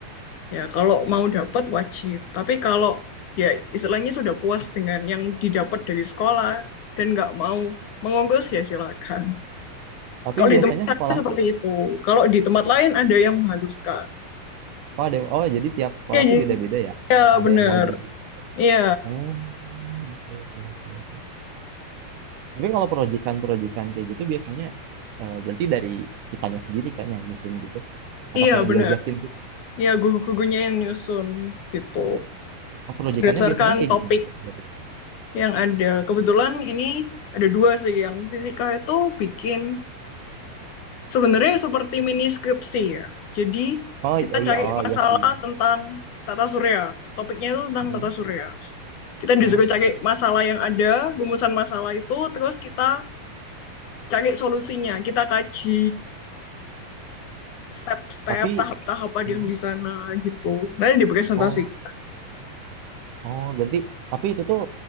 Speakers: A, on the left; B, on the right.
A: ya kalau mau dapat wajib. Tapi kalau ya istilahnya sudah puas dengan yang didapat dari sekolah dan nggak mau mengurus ya silakan.
B: tapi
A: Kalau di
B: biasanya
A: tempat
B: sekolah
A: saya seperti
B: tuh
A: itu. Kalau di tempat lain ada yang menghanguskan.
B: oh ada oh jadi tiap sekolah
A: Iya, iya,
B: tuh beda-beda ya
A: Iya,
B: yang ada
A: bener.
B: yang wajib
A: Iya,
B: oh oke oke oke oke. tapi kalau proyekan-proyekan kayak gitu biasanya eh, berarti dari kitanya sendiri kan yang nyusun gitu atau
A: iya
B: kayak
A: bener.
B: diajakin gitu.
A: Iya, gugu-gugunya yang nyusun gitu.
B: Oh, proyekannya
A: Berdasarkan
B: biasanya kayak
A: topik
B: gimana tuh kalau boleh tahu?
A: yang ada. Kebetulan ini ada dua sih. Yang fisika itu bikin sebenarnya seperti mini skripsi ya. Jadi
B: Oh
A: kita
B: iya
A: cari
B: iya, oh
A: masalah
B: iya sih.
A: tentang tata surya. Topiknya itu tentang
B: Mhm.
A: tata surya. Kita disuruh
B: Oh,
A: cari masalah yang ada, gumusan masalah itu, terus kita cari solusinya, kita kaji step-step,
B: tapi
A: tahap-tahap ada
B: oh
A: yang di sana gitu. Nanti dipresentasikan.
B: oh oh, berarti tapi itu tuh